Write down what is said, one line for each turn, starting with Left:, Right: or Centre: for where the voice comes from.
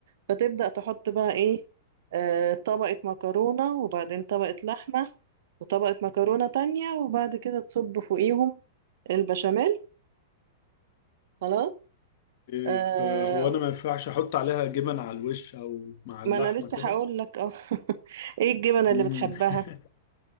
Right: فتبدأ تحط بقى ايه آه طبقة مكرونة وبعدين طبقة لحمة وطبقة مكرونة تانية وبعد كده تصب فوقيهم البشاميل خلاص
Left: طيب
Right: آه
Left: هو أنا ما ينفعش أحط عليها جبن على الوش أو مع اللحمة
Right: ما انا لسه
Left: كده؟
Right: هقول لك اه <laughs> ايه الجبنة
Left: مم.
Right: اللي بتحبها
Left: <laughs>